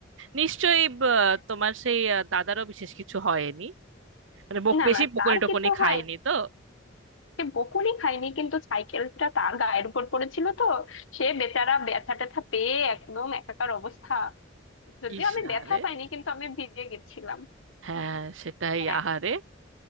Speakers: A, on the right; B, on the left.
A: নিশ্চয়ই ব-
B: হ্যাঁ
A: তোমার সেই আহ, দাদারও বিশেষ কিছু হয়নি মানে বক
B: না
A: বেশি
B: না
A: বকুনি
B: তার
A: টকুনি
B: কিছু
A: খায়নি
B: হয়নি
A: তো
B: সে বকুনি খায়নি কিন্তু সাইকেলটা তার গায়ের উপর পড়েছিল তো সে বেচারা ব্যথা ট্যাথা পেয়ে একদম একাকার অবস্থা যদিও
A: ইস
B: আমি ব্যথা
A: আরে
B: পাইনি কিন্তু আমি ভিজে গেছিলাম
A: হ্যাঁ সেটাই
B: হ্যাঁ
A: আহারে